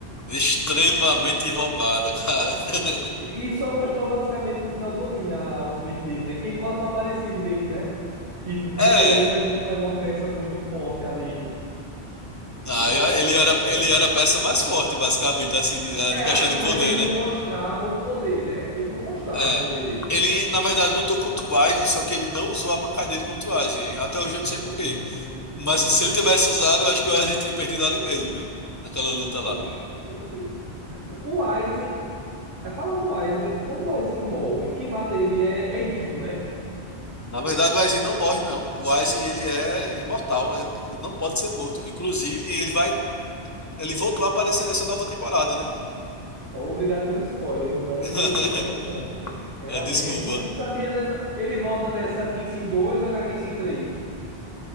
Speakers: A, on the left (about 20°); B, on the right (about 55°).
A: Extremamente roubada, cara. <laughs>
B: E e só mostrou basicamente no final do anime a a Ultimate dele, né? Que ele quase não aparecia direito, né? Tipo, tinha
A: É.
B: ele, mas ele não era uma peça muito forte ali,
A: Ah,
B: muito
A: eu-
B: forte
A: ele
B: na
A: era,
B: série,
A: ele
B: né?
A: era a peça mais forte, basicamente, assim, de, ah,
B: É
A: em questão
B: assim,
A: de poder,
B: mas ele não
A: né?
B: mostrava o poder, né? Ele não mostrava
A: É.
B: o poder dele.
A: Ele, na verdade, lutou contra o Aizen, só que ele não usou a bancadeira contra o Aizen. Até hoje
B: Hum,
A: eu não sei por quê. Mas
B: entendi.
A: se ele tivesse usado, eu acho que o Aizen tinha perdido ali mesmo, viu? Naquela luta
B: Oxi,
A: lá.
B: com certeza. O, o Aizen, falando do Aizen, quando o Aizen morre, quem mata ele é, é Ichigo, né?
A: Na verdade, o Aizen não morre, não. O Aizen, ele é imortal. Ele ele não pode ser morto. Inclusive, ele vai Ele voltou a aparecer nessa nova temporada, né?
B: Obrigado pelo spoiler, viu? Aí
A: <laughs>
B: foi bem interessante. Realmente,
A: Ah, Desculpa.
B: eu não sabia dessa. Ele volta nessa 15 em 2 ou é na 15 em três